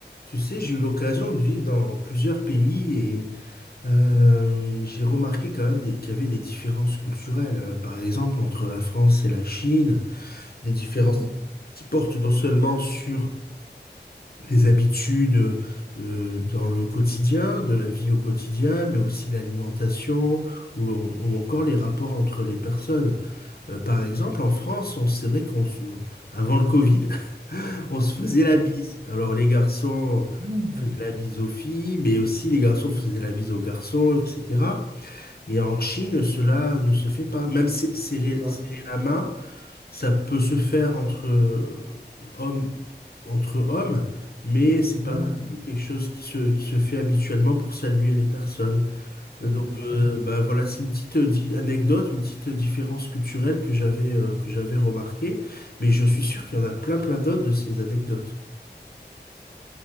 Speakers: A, on the left (about 60°); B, on the right (about 50°).
A: Tu sais, j'ai eu l'occasion de vivre dans plusieurs pays et euh, j'ai remarqué quand même des- qu'il y avait des différences culturelles. Euh, Par exemple, entre la France et la Chine, des différences
B: Hum,
A: qui portent non seulement sur les habitudes euh, dans le quotidien, de la vie au quotidien, mais aussi l'alimentation ou, l'on- ou encore les rapports entre les personnes. Euh, par exemple, en France, on c'est vrai qu'on se- avant le Covid, on se faisait la
B: hum,
A: bise. Alors les garçons
B: hum,
A: faisaient la bise aux filles, mais aussi les garçons faisaient la bise aux garçons, etc. Et en Chine, cela ne se fait pas. Même se- serrer,
B: ouais,
A: serrer la main, ça peut se faire entre euh, hommes, entre hommes, mais c'est pas
B: ah,
A: non plus quelque chose qui se, qui se fait habituellement pour saluer les personnes. Euh,
B: intéressant.
A: Donc euh, bah voilà, c'est une petite euh, di- anecdote, une petite différence culturelle que j'avais euh, que j'avais remarquée, mais je suis sûr qu'il y en a plein plein d'autres de ces anecdotes.